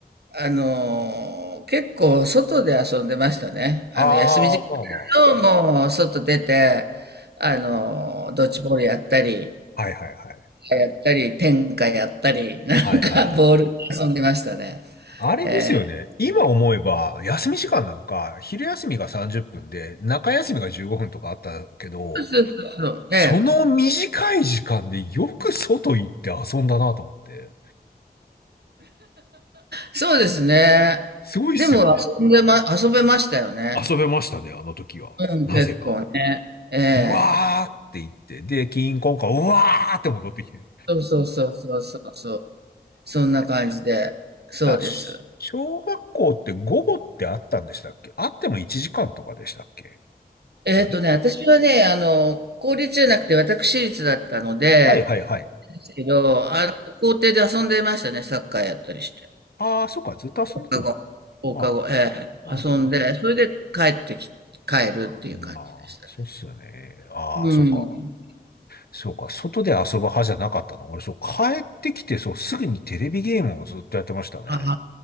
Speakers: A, on the right; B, on the left.
A: あの、結構外で遊んでましたね。あの、
B: ああ、
A: 休み時
B: まあま
A: 間も外出て、あの、ドッジボールやったり、
B: あ。はいはいはい。
A: やったり、天下やったり、<laughs> なんかボールで遊んでましたね。
B: はいはいはい。あれですよね。
A: えー
B: 今思えば、休み時間なんか、昼休みが30分で、中休みが15分とかあったけど、
A: そうそうそうそう。
B: その短い時間でよく外行って遊んだなと思って。
A: ね、そうですね。
B: すごいっすよね。
A: でも遊んでま、遊べましたよね。
B: 遊べましたね、あの時は。
A: うん、
B: なぜか。
A: 結構ね。ええ
B: うわーって言って、で、キーンコンカン、うわーって戻ってきて。
A: そうそうそうそうそうそう。そんな感じで、そうです。
B: あ、し小学校って午後ってあったんでしたっけあっても1時間とかでしたっけ
A: えっとね、
B: あれ
A: 私はね、あの、公立じゃなくて私立だったので、
B: はいはいはい。
A: ですけど、あの、校庭で遊んでましたね、サッカーやったりして。
B: ああ、そっか、ずっと遊んでてもいい。
A: 放課後、放課後、
B: ま
A: ええ、
B: あ、ああ、
A: 遊んで、
B: そっかそっか。
A: それで帰ってき、帰るっていう感じでした。
B: うん、ああ、そうっすよね。ああ、
A: うん。
B: そっか。そうか、外で遊ぶ派じゃなかったな。俺、そう、帰ってきて、そう、すぐにテレビゲームをずっとやってましたね。
A: あ